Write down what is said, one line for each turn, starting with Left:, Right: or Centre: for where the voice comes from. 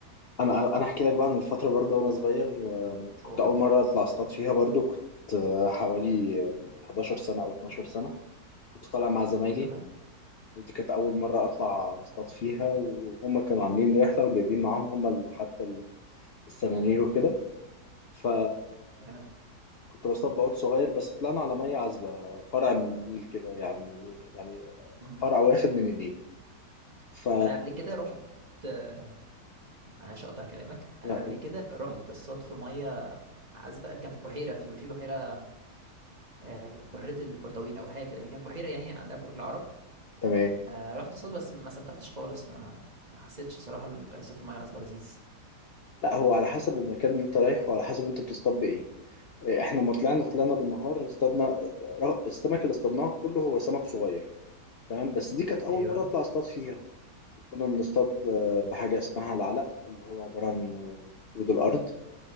Left: انا انا احكي لك بقى عن الفتره برضه وانا صغير آه، كنت
Right: قول
Left: اول مره اطلع اصطاد فيها برضه كنت آه، حوالي آه، 11 سنه او 12 سنه كنت طالع مع زمايلي
Right: ايوه
Left: ودي كانت أول مرة أطلع أصطاد فيها وهم كانوا عاملين رحلة وجايبين معاهم هم ال- حتى ال- السنانير وكده ف
Right: جامد
Left: كنت بصطاد بعود صغير بس طلعنا على مية عذبة فرع من النيل كده يعني مش- يعني
Right: أمم.
Left: فرع واخد من النيل ف
Right: انا قبل كده رحت آه، عشان اقطع كلامك انا
Left: لا
Right: قبل
Left: قول.
Right: كده رحت اصطاد في ميه عذبه كان في بحيره في في بحيره آه، بحيره البردويل او حاجه كده هي كانت بحيره يعني عندنا في برج العرب
Left: تمام
Right: آه، رحت اصطاد بس ما استمتعتش خالص ما ما حسيتش صراحه الصيد في الميه العذبه لذيذ
Left: لا هو على حسب المكان اللي انت رايح وعلى حسب انت بتصطاد بايه إيه، احنا ما طلعنا طلعنا بالنهار اصطادنا السمك اللي اصطادناه كله هو سمك صغير تمام بس دي كانت اول
Right: ايوه
Left: مره اطلع اصطاد فيها كنا بنصطاد آه، بحاجة اسمها العلق اللي هو عبارة عن آه، دود الأرض